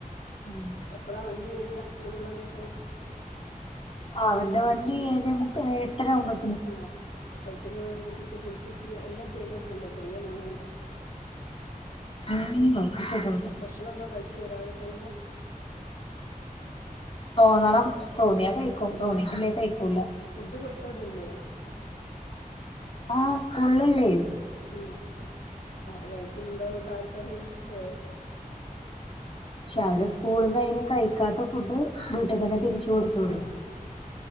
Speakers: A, on the left (about 40°); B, on the left (about 75°).
A: ഉം
B: എപ്പെളാ വണ്ടി വെരാ സ്കൂള് ള്ള ദിവസം
A: ആഹ് അവന്റെ വണ്ടി ഏഴെമുക്കാ എട്ടെരാവുമ്പ
B: ആഹ് അപ്പോഴ്ത്തിന് എണീപ്പിച്ച് കുളിപ്പിച്ച് എല്ലാം ചെയ്തൊട്ക്കണ്ടേ ചെറിയ മോനല്ലേ
A: ഉം ബാക്ക്കക്കാ
B: ഭക്ഷണെന്തോ കഴിക്കാേ രാവിലെ പോവുമ്പം
A: തോന്നണം തോന്ന്യാ കഴിക്കും തോന്നീട്ടില്ലേ കഴിക്കൂല്ലാ
B: ഫുഡ് കൊട്ത്ത് വിടൽല്ലേ
A: ആഹ് സ്കൂള് ള്ളേ
B: ഉം അത് കഴിക്ക്ന്ന്ണ്ടോന്നൊക്കെ ആർക്കറിയാം ല്ലേ
A: പക്ഷെ അവരെ സ്കൂളിന്നയ്ന് കഴിക്കാത്ത ഫുഡ് വീട്ട്ക്കന്നെ തിരിച്ച് കൊടുത്ത് വിടും
B: ആഹ്